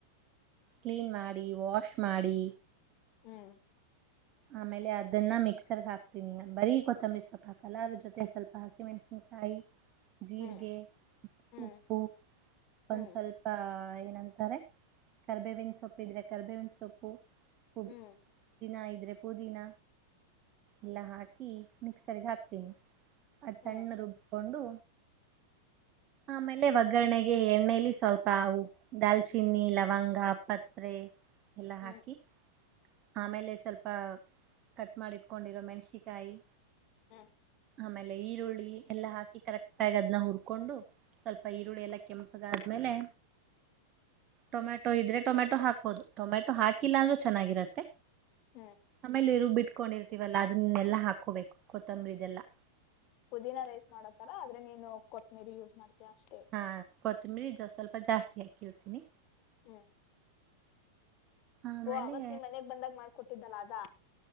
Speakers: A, on the right; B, on the left.
A: ಕ್ಲೀನ್ ಮಾಡಿ ವಾಶ್ ಮಾಡಿ
B: ಹ್ಮ್
A: ಆಮೇಲೆ ಅದನ್ನ ಮಿಕ್ಸರ್ಗ್ ಹಾಕ್ತೀನಿ ಬರೀ ಕೊತ್ತಂಬರಿ ಸ್ವಲ್ಪ ಹಾಕಲ್ಲ ಅದ ಜೊತೆ ಸ್ವಲ್ಪ ಹಸಿಮೆಣಸಿನ್ಕಾಯಿ ಜೀರಿಗೆ
B: ಹ್ಮ್ ಹ್ಮ್
A: ಉಪ್ಪು
B: ಹ್ಮ್
A: ಒಂದ್ ಸ್ವಲ್ಪ ಏನಂತಾರೆ ಕರ್ಬೇವಿನ ಸೊಪ್ಪು ಇದ್ರೆ ಕರ್ಬೇವಿನ ಸೊಪ್ಪು ಹ
B: ಹ್ಮ್
A: ಇನದು ಪುದೀನ ಎಲ್ಲ ಹಾಕಿ ಮಿಕ್ಸರ್ಗೆ ಹಾಕ್ತೀನಿ ಹಾ ಸಣ್ಣ
B: ಹ್ಮ್
A: ರುಬ್ಕೊಂಡು ಆಮೇಲೆ ಒಗ್ಗರಣೆಗೆ ಎಣ್ಣೇಲಿ ಸ್ವಲ್ಪ ಅವು ದಾಲ್ಚಿನ್ನಿ ಲವಂಗ ಪತ್ರೆ ಎಲ್ಲಾ
B: ಹ್ಮ್
A: ಹಾಕಿ ಆಮೇಲೆ ಸ್ವಲ್ಪ ಕಟ್ ಮಾಡಿಟ್ಕೊಂಡಿರೋ ಮೆಣಸಿಕಾಯಿ
B: ಹ್ಮ
A: ಆಮೇಲೆ ಈರುಳ್ಳಿ ಎಲ್ಲ ಹಾಕಿ ಕರೆಕ್ಟ್ ಆಗಿ ಅದನ್ನ ಹುರ್ಕೊಂಡು ಸ್ವಲ್ಪ ಈರುಳ್ಳಿ ಎಲ್ಲ ಕೆಂಪಗಾದ್ಮೇಲೆ ಟೊಮೆಟೊ ಇದ್ರೆ ಟೊಮೆಟೊ ಹಾಕ್ಬೋದು ಟೊಮೆಟೊ ಹಾಕಿಲ್ಲ ಅಂದ್ರರು ಚೆನ್ನಾಗಿರತ್ತೆ
B: ಹ್ಮ್
A: ಆಮೇಲೆ ಇರು ಬಿಟ್ಟು ಇಟ್ಕೊಂಡಿರ್ತಿವಲ್ಲಾ ಅದನ್ನೆಲ್ಲಾ ಹಾಕೋಬೇಕು ಕೊತ್ತಂಬರಿದೆಲ್ಲಾ
B: ಪುದೀನ ರೈಸ್ ಮಾಡೋತ್ತರ ಆದ್ರೆ ನೀನು ಕೊತ್ತಂಬರಿ ಯೂಸ್ ಮಾಡ್ತೀಯ ಅಷ್ಟೇ
A: ಹಾ ಕೊತ್ತಂಬರಿ ಜ ಸ್ವಲ್ಪ ಜಾಸ್ತಿ ಕೇಳ್ತೀನಿ
B: ಹ್ಮ
A: ಆಮೇಲೆ
B: ಓ ಅವತ್ ನೀನ್ ಮನೆಗ್ ಬಂದಾಗ ಮಾಡ್ಕೊಟ್ಟಿದ್ದಲ್ಲ ಅ ದಾ